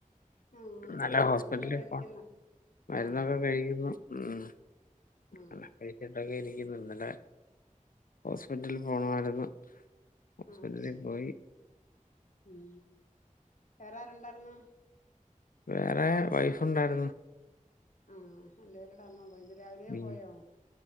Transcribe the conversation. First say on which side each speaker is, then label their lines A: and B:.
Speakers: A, on the left; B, on the left.
A: ആഹ്
B: നല്ല ഹോസ്പിറ്റലില്
A: മരുന്നൊക്കെ കഴിക്കുന്ന
B: പോണം മരുന്നൊക്കെ
A: ആഹ്
B: കഴിക്കുന്നു ഉം
A: ആ
B: അങ്ങനെ കഴിച്ചിട്ടൊക്കെ ഇന്നലെ ഹോസ്പിറ്റലിൽ പോണമായിരുന്നു ഹോസ്പിറ്റലിൽ
A: ആഹ് ശരി
B: പോയി
A: ഉം വേറെ ആരുണ്ടായിരുന്ന്
B: വേറെ വൈഫുണ്ടായിരുന്നു
A: ആഹ് എന്റെ <unintelligible> അന്നാ പോയത് രാവിലെ
B: ഉം
A: പോയോ